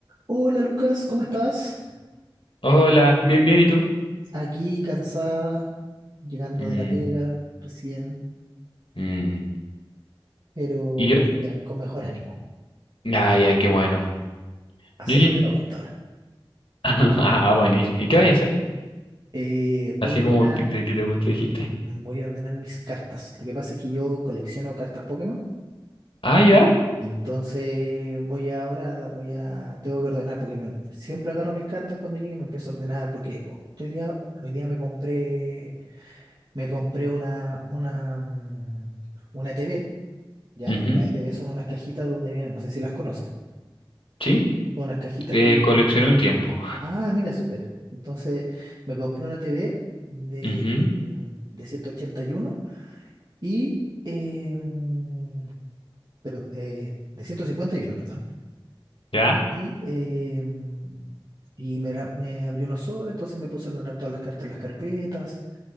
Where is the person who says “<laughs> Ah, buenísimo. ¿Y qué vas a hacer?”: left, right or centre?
Left